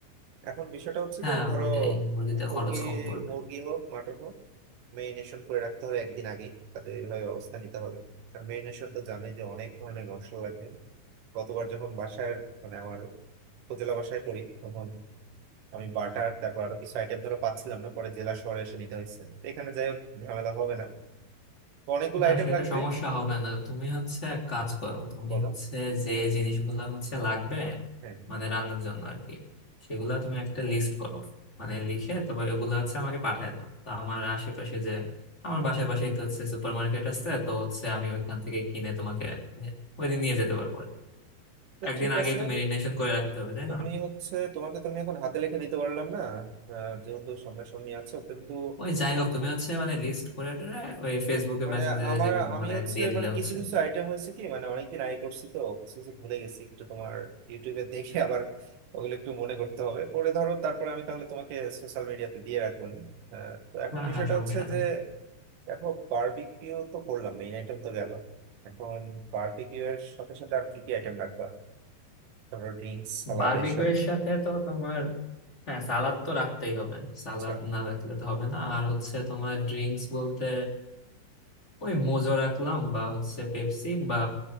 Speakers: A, on the right (about 85°); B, on the left (about 15°).
A: এখন বিষয়টা হচ্ছে
B: হ্যাঁ
A: যে ধরো
B: ওইটাই মুরগিতে
A: মুরগি
B: খরচ কম পড়বে
A: মুরগি হোক মাটন হোক মেরিনেশন করে রাখতে হবে একদিন আগে তাতে এইভাবে অবস্থা নিতে হবে আর মেরিনেশন তো জানোই যে অনেক ধরনের মশলা লাগবে গতবার যখন বাসায় মানে আমার উপজেলা বাসায় করি তখন আমি বাটার তারপর আরো কিছু আইটেম ধরো পাচ্ছিলাম না পরে জেলা শহরে এসে নিতে হয়েছে এখানে যাই হোক ঝামেলা হবে না তো অনেকগুলো
B: না
A: আইটেম
B: সেটা
A: লাগবে
B: সমস্যা হবে না তুমি হচ্ছে এক কাজ করো তুমি
A: বলো
B: হচ্ছে যে জিনিসগুলো হচ্ছে লাগবে
A: হ্যাঁ
B: মানে রান্নার জন্য আর কি সেগুলো তুমি একটা লিস্ট করো মানে লিখে তারপর এগুলো হচ্ছে আমাকে পাঠায় দাও তো আমার আশেপাশে যে আমার বাসার পাশেই তো হচ্ছে সুপার মার্কেট আছে তো হচ্ছে আমি ওইখান থেকে কিনে তোমাকে মানে ওইদিন নিয়ে যেতে পারবো আর কি
A: তো
B: একদিন
A: ঠিক
B: আগেই
A: আছে
B: তো মেরিনেশন করে রাখতে হবে তাই
A: তুমি
B: না
A: হচ্ছে তোমাকে তো আমি এখন হাতে লিখে দিতে পারলাম না আহ, যেহেতু সামনাসামনি আছো কিন্তু
B: ওই যাই হোক তুমি হচ্ছে মানে লিস্ট করে টেরে ওই ফেসবুকে
A: মানে
B: মেসেঞ্জারে
A: আমার
B: যে কোনো
A: আমি
B: মানে
A: হচ্ছে
B: এক দিয়ে দিলে
A: মানে
B: হচ্ছে
A: কিছু কিছু আইটেম হয়েছে কি মানে অনেকদিন আগে করছি তো কিছু কিছু ভুলে গেছি একটু তোমার ইউটিউবে দেখে আবার ওগুলো একটু মনে করতে হবে করে ধরো তারপরে আমি তাহলে তোমাকে সোশ্যাল মিডিয়াতে দিয়ে রাখবো নি। আহ, তো এখন
B: হ্যাঁ
A: বিষয়টা
B: হ্যাঁ সমস্যা
A: হচ্ছে
B: নাই
A: যে দেখো বারবিকিউ তো করলাম মেইন আইটেম তো গেল এখন বারবিকিউ এর সাথে সাথে আর কি কি আইটেম রাখবা ধরো ড্রিঙ্কস সালাদ
B: বারবিকিউ
A: এসব
B: এর সাথে তো তোমার হ্যাঁ সালাদ তো রাখতেই হবে সালাদ
A: আচ্ছা
B: না রাখলে তো হবে না আর হচ্ছে তোমার ড্রিঙ্কস বলতে ওই মোজো রাখলাম বা হচ্ছে পেপসি বা